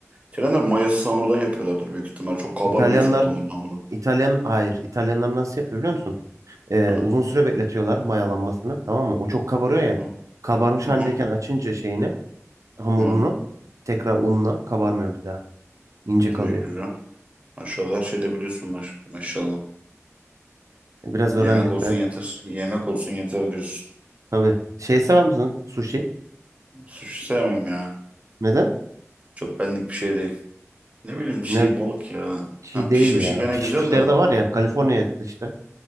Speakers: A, on the right; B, on the right.
A: İtalyanlar mayasız hamurdan yapıyorlardır büyük ihtimal. Çok kabarmıyor
B: İtalyanlar
A: çünkü onların hamuru.
B: İtalyan hayır. İtalyanlar nasıl yapıyor biliyor musun? Ee,
A: Ha,
B: uzun süre bekletiyorlar mayalanmasını. Tamam mı? O çok kabarıyor ya.
A: ha,
B: Kabarmış
A: aha,
B: haldeyken açınca şeyini, hamurunu
A: ha.
B: tekrar unla kabarmıyor bir daha. İnce kalıyor.
A: İyi, güzel. Maşallah her şeyde biliyorsun maş maşallah.
B: E, Biraz öğrendik
A: Yemek olsun
B: be.
A: yeter. Yemek olsun yeter diyorsun.
B: Tabii. Şey sever misin? Sushi.
A: Sushi sevmem ya.
B: Neden?
A: Çok benlik bir şey değil. Ne bileyim çiğ
B: Ne
A: balık ya.
B: çiğ
A: Ha,
B: değil
A: pişmişi
B: ya.
A: gene
B: Pişmişleri
A: güzel de.
B: de var ya. Kaliforniya işte.